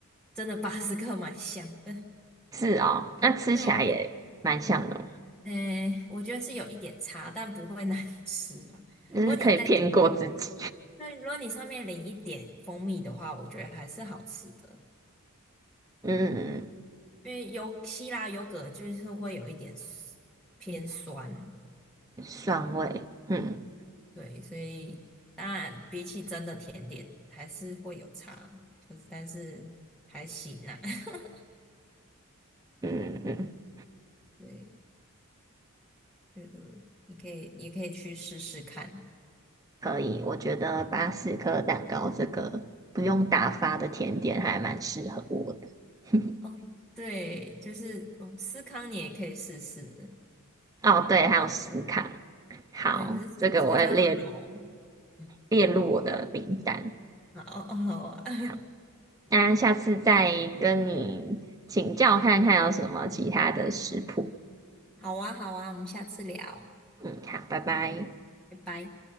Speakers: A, in the centre; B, on the right.
A: 真的 <laughs> 巴斯克蛮像的。
B: 是哦，那吃起来也蛮像的，
A: 嗯，诶，我觉得是有一点差，但不会难吃了。
B: 就是可以骗过自己。
A: 如果你再那如果你上面淋一点蜂蜜的话，我觉得还是好吃的，
B: 嗯，
A: 因为有希腊优格就是会有一点 s- 偏酸，
B: 酸味，嗯
A: 对，所以当然比起真的甜点还是会有差，就是但是还行啊，<laughs>
B: 嗯嗯，
A: 对，觉得你可以也可以去试试看
B: 可以。我觉得巴斯克蛋糕这个不用打发的甜点还蛮适合我的。<laughs>
A: 哦，对，就是哦，司康你也可以试试，
B: 哦，对，还有司康，好，
A: 对，只是司康要老，
B: 这个我会列
A: 嗯，
B: 列入我的名单。
A: 好哦，好啊 <laughs>
B: 好，那下次再跟你请教看看有什么其他的食谱。
A: 好啊，好啊，我们下次聊，
B: 嗯，好，拜拜。
A: 拜拜。